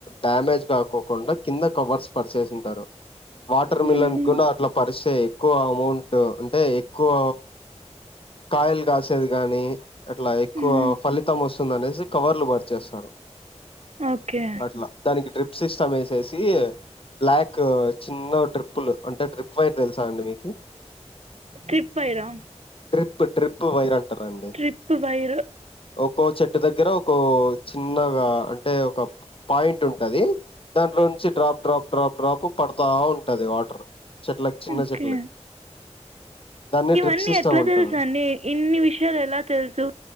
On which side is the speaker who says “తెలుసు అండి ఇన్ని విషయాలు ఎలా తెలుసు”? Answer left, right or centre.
Right